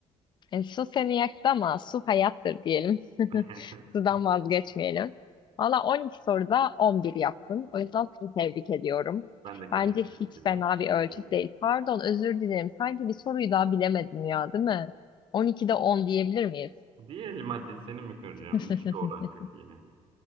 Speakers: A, on the left; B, on the right.
A: E, su seni yaktı ama su hayattır diyelim.
B: <laughs>
A: <laughs> Sudan vazgeçmeyelim. Valla 12 soruda 11 yaptın. O yüzden seni tebrik ediyorum.
B: Ben de kendimi
A: Bence hiç
B: tebrik ediyorum.
A: fena
B: Teşekkür
A: bir ölçüt
B: ediyorum.
A: değil. Pardon, özür dilerim. Sanki bir soruyu daha bilemedin ya, değil mi? 12'de 10 diyebilir miyiz?
B: Diğer madde seni mi kıracağım?
A: <laughs>
B: İyi bir oran çünkü yine.